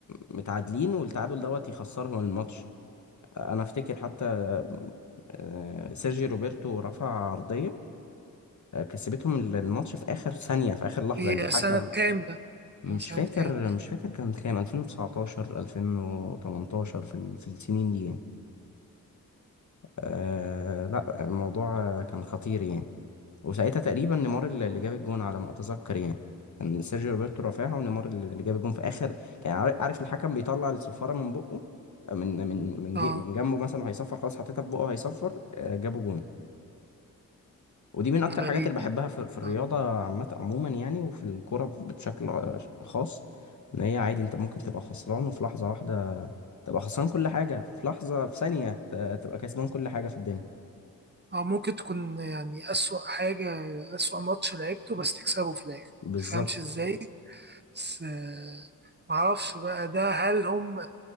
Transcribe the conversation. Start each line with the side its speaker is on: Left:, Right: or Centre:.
Left: متعادلين والتعادل دوت يخسرهم الماتش انا افتكر حتى آه، سيرجي روبرتو رفع عرضية آه، كسبتهم ال- الماتش في آخر ثانية في آخر لحظة
Right: دي
Left: يعني الحكم
Right: سنة كام ده؟
Left: مش
Right: كان سنة
Left: فاكر
Right: كام؟ ده؟
Left: مش فاكر كان كام 2019 2018 في ال- في السنين دي يعني آه لا الموضوع كان خطير يعني وساعتها تقريبا نيمار اللي اللي جاب الجون على ما اتذكر يعني كان سيرجيو روبرتو رافعها ونيمار اللي اللي جاب الجون في اخر كان عار- عارف الحكم بيطلع الصفاره من بقه من من من
Right: اه
Left: جي من جنبه مثلا وهيصفر خلاص حطيتها في بقه وهيصفر آه، جابوا جون ودي من اكتر
Right: غريب
Left: الحاجات اللي بحبها
Right: يعني.
Left: في, في الرياضه
Right: اه
Left: عامه عموما يعني وفي الكوره بشكل آه، خاص ان هي عادي انت ممكن تبقى خسران وفي لحظه واحده تبقى خسران كل حاجه في لحظه في ثانيه ت- تبقى كسبان كل حاجه في الدنيا
Right: آه، ممكن تكون يعني أسوأ حاجة أسوأ ماتش لعبته بس تكسبه في الآخر
Left: بالظبط
Right: متفهمش ازاي بس آه، معرفش بقى ده هل هم